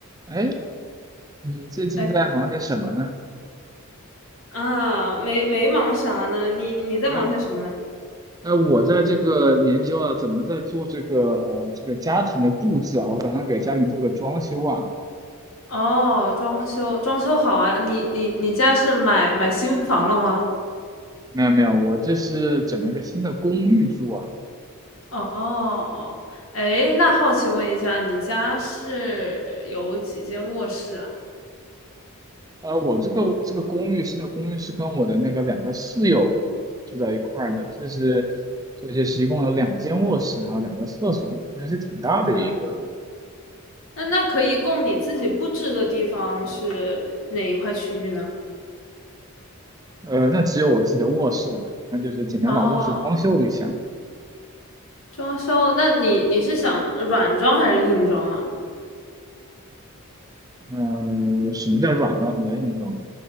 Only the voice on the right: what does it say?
哎，你最近在忙点什么呢？
哎，那我在这个研究啊，怎么在做这个呃这个家庭的布置啊，我打算给家庭做个装修啊。
没有没有，我这是整了一个新的公寓住啊。
呃，我这个这个公寓新的公寓是跟我的那个两个室友住在一块儿的，这是这就是一共有两间卧室，还有两个厕所，真的是挺大的一个。
呃，那只有我自己的卧室了嘛，那就是简单把卧室装修一下。
呃，什么叫软装，什么叫硬装